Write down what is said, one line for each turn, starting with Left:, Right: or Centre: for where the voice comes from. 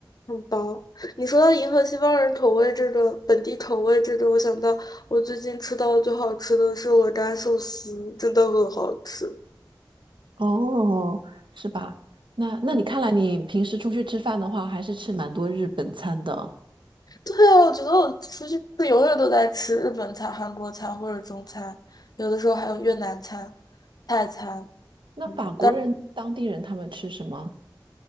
Left: 很薄。你说到银河西方人口味这个本地口味这个，我想到我最近吃到的最好吃的是鹅肝寿司，真的很好吃。
Right: 哦，是吧？那那你看来你平时出去吃饭的话，
Left: 嗯。
Right: 还是吃蛮多日本餐的。
Left: 对啊，我觉得我出去吃永远都在吃日本餐、韩国餐或者中餐，有的时候还有越南餐、泰餐，
Right: 那法国人、
Left: 嗯，但
Right: 当地人他们吃什么？